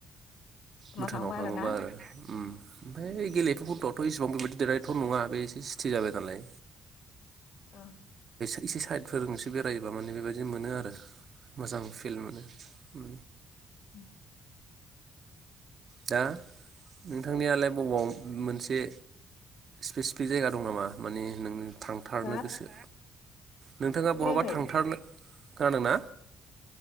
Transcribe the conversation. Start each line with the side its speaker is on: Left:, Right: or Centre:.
Right: भुटानाव
Left: थांबा
Right: थाङोबा
Left: आरोना
Right: आरो ओमफ्राय गेलेफुफोरखौथ' थ' इसिबां बेबायादि देरनायथ' नङा बे एसे सिथि जाबाय नालाय।
Left: अ
Right: इसे साइदफोरजोंसो बेरायोबा माने बेबायदि मोनो आरो। मोजां फिल मोनो। उम
Left: ओम
Right: दा नोंथांनियालाय बबावआव मोनसे स्पेसिफिक जायगा दं नामा माने नों थांथारनो
Left: हा
Right: गोसो नोंथाङा
Left: खोनायाखै?
Right: बहाबा थांथारनो खोनादों ना